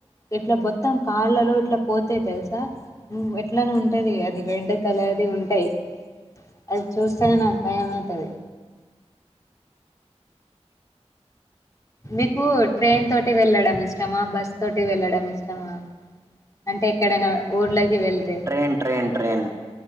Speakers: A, on the left; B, on the right.
A: ఇట్లా మొత్తం కాళ్ళలో ఇట్లా పోతాయ్ తెలుసా అట్లనే ఉంటది అది రెడ్ కలర్ది ఉంటాయి అది చూస్తేనే నాకు భయం టాది మీకు ట్రైన్ తోటి వెళ్ళడం ఇష్టమా బస్ తోటి వెళ్ళడం ఇష్టమా అంటే ఎక్కడైనా ఊర్లకి వెళ్తే
B: ట్రైన్ ట్రైన్ ట్రైన్